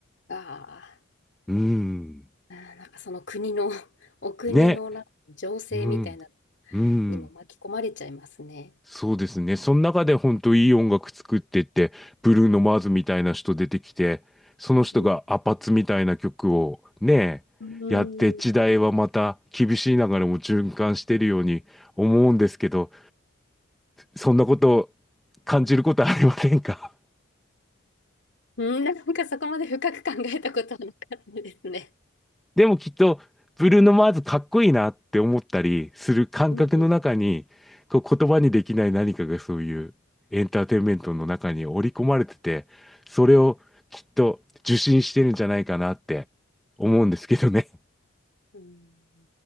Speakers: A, on the left; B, in the centre.
A: ああ。
B: うん。
A: あーなんかその国の、<laughs> お国のなんか情勢みたいなの
B: ね。うん。うん。
A: にも巻き込まれちゃいますね。
B: そうですね。その中で本当いい音楽作ってって、ブルーノ・マーズみたいな人出てきて、その人がアパッツみたいな曲をね、
A: うん。うん。
B: やって時代はまた厳しい流れも循環してるように思うんですけど、そんなことを感じることはありませんか
A: うん、なんかそこまで深く考えたことはなかったですね。
B: <laughs> でもきっと、ブルーノ・マーズかっこいいなって思ったりする感覚の中に、
A: うんうん。
B: こう言葉にできない何かがそういうエンターテインメントの中に織り込まれてて、それをきっと受信してるんじゃないかなって思うんですけどね。
A: うん